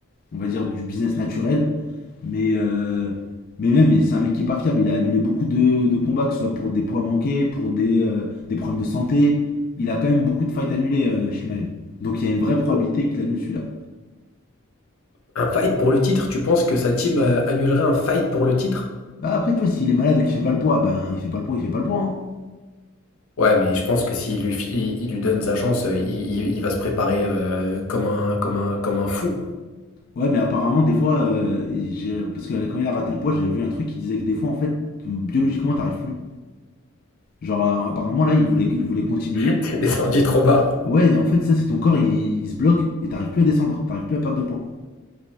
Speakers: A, on the left; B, on the left.
A: on va dire, du business naturel. Mais, euh, mais même, c'est un mec qui est pas fiable. Il a annulé beaucoup de, de combats, que ce soit pour des poids manqués, pour des, euh, des problèmes de santé. Il a quand même beaucoup de fights annulés, euh, Shimaev. Donc il y a une vraie probabilité
B: Ou
A: qu'il annule celui-là.
B: Un fight pour le titre, tu penses que sa team euh, annulerait un fight pour le titre?
A: Bah, après, tu vois, s'il est malade ou qu'il fait pas le poids, ben il fait pas le poids, il fait pas le poids. hein.
B: Ouais, mais je pense que s'il lui, fi- il, il lui donne sa chance, euh, il, il- il va se préparer euh, comme un, comme un, comme un fou,
A: Ouais, mais apparemment, des fois, euh, j'ai- parce que quand il a raté le poids, j'avais vu un truc qui disait que des fois, en fait, biologiquement, t'arrives plus. Genre, euh, apparemment, là, il voulait, il voulait continuer.
B: <laughs> descendu trop bas.
A: Ouais, en fait, ça, c'est ton corps, il, il se bloque et t'arrives plus à descendre, t'arrives plus à perdre de poids.